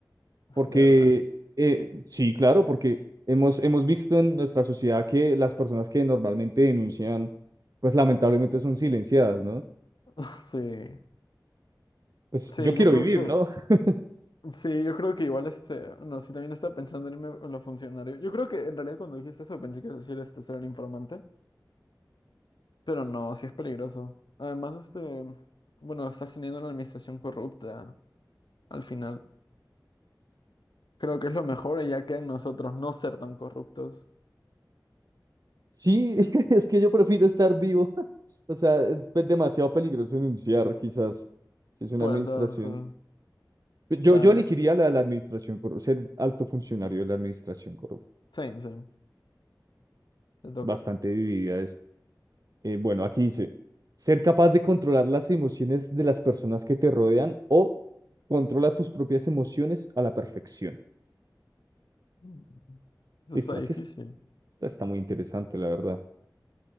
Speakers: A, on the left; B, on the right.
A: <laughs>
B: porque
A: ¿De verdad?
B: eh, sí, claro, porque hemos, hemos visto en nuestra sociedad que las personas que normalmente denuncian, pues lamentablemente son silenciadas, ¿no?
A: <laughs> Sí.
B: Pues
A: Sí,
B: yo quiero
A: yo creo
B: vivir,
A: que
B: ¿no? <laughs>
A: sí, yo creo que igual este, no, sí también estaba pensando en irme con lo funcionario. Yo creo que en realidad cuando dijiste eso pensé que ibas a decir este ser un informante, pero no, sí es peligroso. Además, este, bueno, estás teniendo una administración corrupta al final. Creo que es lo mejor y ya queda en nosotros no ser tan corruptos.
B: Sí, <laughs> es que yo prefiero estar vivo O sea, es pe- demasiado peligroso denunciar, quizás, si es una
A: Puedes
B: administración.
A: darse
B: Pe- Yo,
A: Bando.
B: yo elegiría la de la administración corrupta, ser alto funcionario de la administración corrupta.
A: Same, same. Te toca.
B: Bastante dividida es. Eh, bueno, aquí dice, ser capaz de controlar las emociones de las personas que te rodean o controla tus propias emociones a la perfección.
A: Mm, Esto
B: Esta
A: está difícil.
B: sí es, esta está muy interesante, la verdad.